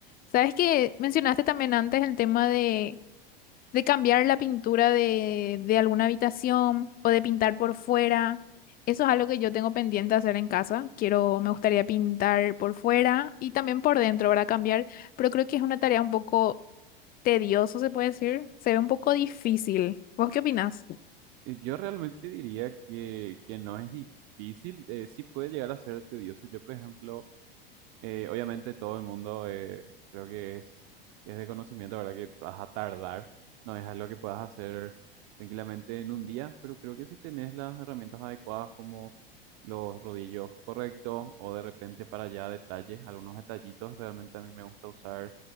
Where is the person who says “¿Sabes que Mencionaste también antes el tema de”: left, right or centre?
Left